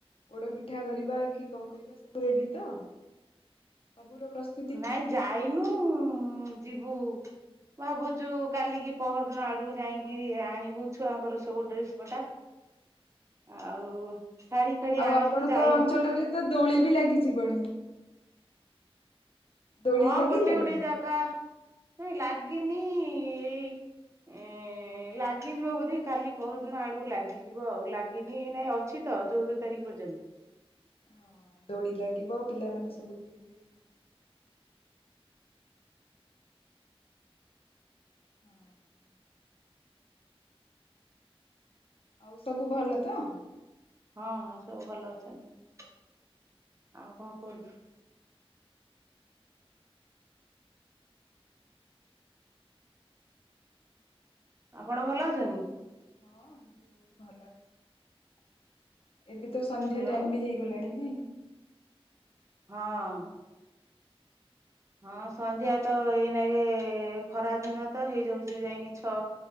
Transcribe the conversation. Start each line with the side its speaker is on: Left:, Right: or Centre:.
Left: ପୋଡପି ମିଠା କରିବା କି କଣ କରିବା ସବୁ ରେଡି ତ ସବୁର ପ୍ରଶ୍ନ
Right: ନାଇଁ ଯାଇନୁ ଯିବୁ ଭାବୁଛୁ କାଲିକି ପହର ଦିନ ଆଡକୁ ଯାଇକି ଆଣିବୁ ଛୁଆଙ୍କର ସବୁ ଡ୍ରେସ୍ ପଟା ଆଉ ଶାଢୀ ଫାଢୀ
Left: ଆଉ
Right: ଆଣିବୁ
Left: ଆପଣଙ୍କ
Right: ଯାଇନୁ
Left: ଅଞ୍ଚଳରେ ତ ଦୋଳି ବି ଲାଗିଯିବଣି? ଦୋଳି
Right: ହଁ
Left: ଲାଗିଲାଣି
Right: ଗୋଟେ ଗୋଟେ ଜାଗା ରେ ଲାଗିନି ଏଇ ଏ ଲାଗିଯିବ ବୋଧେ କାଲି ପହରଦିନ ଆଡକୁ ଲାଗିଯିବ ଆଉ ଲାଗିନି ଏ ନାଇଁ ଅଛି ତ ଚଉଦ ତାରିଖ ପର୍ଯ୍ୟନ୍ତ।
Left: ହଁ। ଦୋଡ଼ି ଲାଗିବ ଆ ପିଲାମାନେେ ସବୁ ଖେଳିବେ ଯ ହଁଁ। ଆଉ ସବୁ ଭଲ ତ?
Right: ହଁ ହଁ ସବୁ ଭଲ ଅଛନ୍ତି ଆଉ କଣ କୁହନ୍ତୁ? ଆପଣ ଭଲ ଅଛନ୍ତି?
Left: ହଁ ମୁଁ ବହୁତ ଭଲ ଅଛି ଏବେ ତ ସନ୍ଧ୍ୟା
Right: ହ୍ୟାଲୋ
Left: ଟାଇମ ବି ହେଇ ଗଲାଣି ନାଇଁ
Right: ହଁ ହଁ ସନ୍ଧ୍ୟା ତ ଏଇ ନ
Left: ସନ୍ଧ୍ୟା ବି ଦିଆହବ
Right: ଖରା ଦିନ ତ ହେଇଯାଉଛି ଯାଇକି ଛଅ